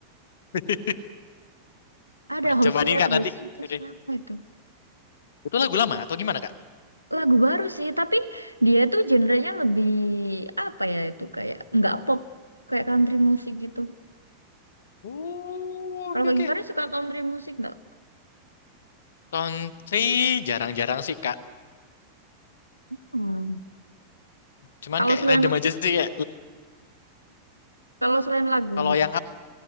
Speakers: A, on the left (about 60°); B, on the left (about 80°).
A: <laughs>
B: Ada
A: Ah,
B: Hosier,
A: coba nih, Kak,
B: Hosier
A: nanti.
B: tuh
A: Oke.
B: siapa itu?
A: Itu lagu lama atau gimana, Kak?
B: Lagu baru sih, tapi dia tuh genrenya lebih apa ya itu kayak nggak pop, kayak country musik gitu.
A: Oh,
B: Kalau
A: oke,
B: Kak
A: oke.
B: Givari suka country musik nggak?
A: Country jarang-jarang sih, Kak.
B: Hmm.
A: Cuman
B: Kalau
A: kayak
B: selain
A: random aja sih, ya.
B: kalau selain lagu
A: Kalau yang up,